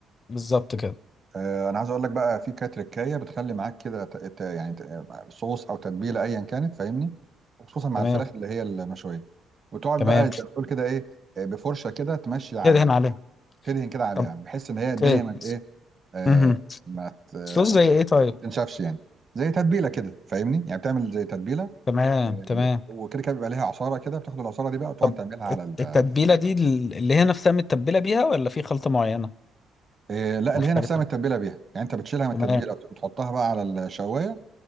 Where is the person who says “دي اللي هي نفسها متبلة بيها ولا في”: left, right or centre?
Left